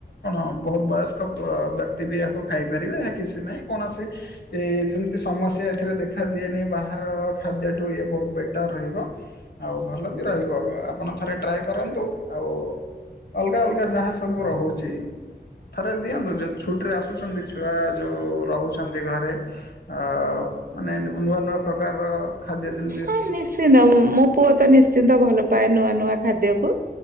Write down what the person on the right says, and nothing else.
ହଁ ନିଶ୍ଚିନ୍ତ ମୋ ପୁଅ ତ ନିଶ୍ଚିନ୍ତ ଭଲ ପାଏ ନୂଆ ନୂଆ ଖାଦ୍ୟକୁ